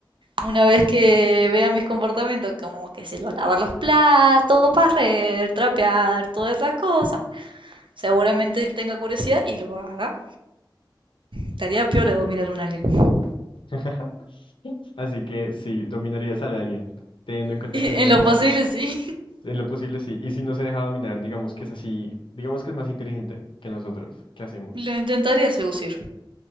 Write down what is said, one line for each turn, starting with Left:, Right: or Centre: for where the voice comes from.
Right: Una vez que vea mis comportamientos, como que se lo lavar los platos, barrer, trapear, todas esas cosas, seguramente él tenga curiosidad y lo haga. Estaría peor de dominar un alien. <laughs>
Left: <laughs> Así que sí, dominarías al alien, teniendo en cuenta que es
Right: En
Left: menos.
Right: lo posible, sí.
Left: En lo posible sí. Y si no se deja dominar, digamos que es así, digamos que es más inteligente que nosotros. ¿Qué hacemos?
Right: Lo intentaría seducir.